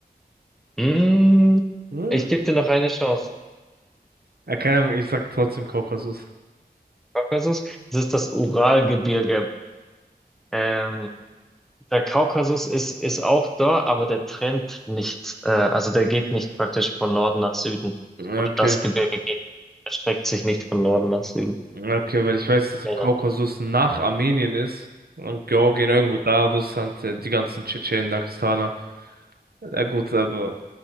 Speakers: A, in the centre; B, on the right.
A: Mm,
B: Hm?
A: ich gebe dir noch eine Chance.
B: Ja, keine Ahnung, ich sag trotzdem Kaukasus.
A: Kaukasus, das ist das Uralgebirge. Ähm, der Kaukasus ist, ist auch da, aber der trennt nicht. Äh, also der geht nicht praktisch von Norden nach Süden.
B: Okay,
A: Oder das Gebirge geht, erstreckt sich nicht von Norden nach Süden.
B: okay, weil ich weiß, dass
A: Genau.
B: Kaukasus nach Armenien ist und Georgien irgendwo da, Russland, äh, die ganzen Tschetschenen, Dagestaner. Ja, gut, aber.